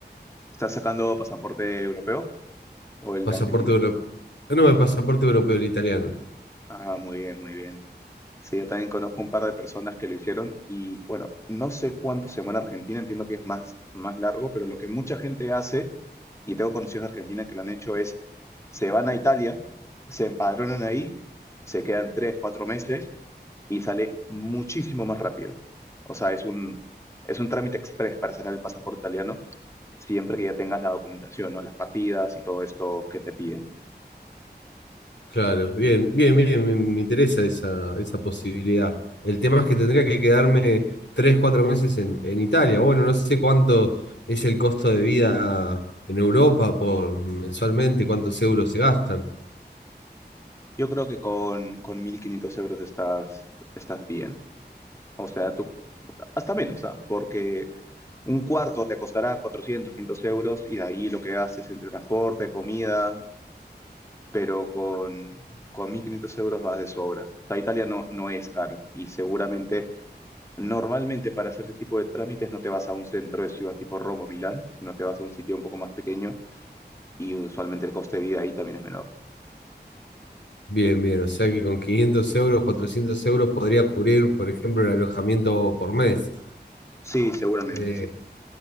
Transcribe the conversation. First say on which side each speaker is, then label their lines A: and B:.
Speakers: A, on the left; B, on the left.
A: ¿Estás sacando pasaporte europeo o el
B: Pasaporte
A: de Argentina?
B: europeo. No, el pasaporte europeo, el italiano.
A: Ah, muy bien, muy bien. Sí, yo también conozco un par de personas que lo hicieron y bueno, no sé cuánto se va en Argentina, entiendo que es más, más largo, pero lo que mucha gente hace y tengo conocidos de Argentina que lo han hecho es, se van a Italia, se empadronan ahí, se quedan tres, cuatro meses y sale muchísimo más rápido. O sea, es un, es un trámite express para sacar el pasaporte italiano, siempre que ya tengas la documentación, ¿no? Las partidas y todo esto que te piden.
B: Claro, bien, bien, bien, me, me interesa esa, esa posibilidad. El tema es que tendría que quedarme tres, cuatro meses en, en Italia. Bueno, no sé cuánto es el costo de vida en Europa por mensualmente, cuántos euros se gastan.
A: Yo creo que con, con 1.500 euros estás, estás bien. O sea, tú, hasta menos, ¿ah? Porque un cuarto te costará 400 500 euros y de ahí lo que haces entre transporte, comida, pero con, con 1.500 euros vas de sobra. O sea, Italia no, no es caro y seguramente, normalmente para hacer ese tipo de trámites no te vas a un centro de ciudad tipo Roma o Milán, sino te vas a un sitio un poco más pequeño y usualmente el coste de vida ahí también es menor.
B: Bien, bien, o sea que con 500 euros, 400 euros podría cubrir, por ejemplo, el alojamiento por mes.
A: Sí, seguramente
B: Eh,
A: sí.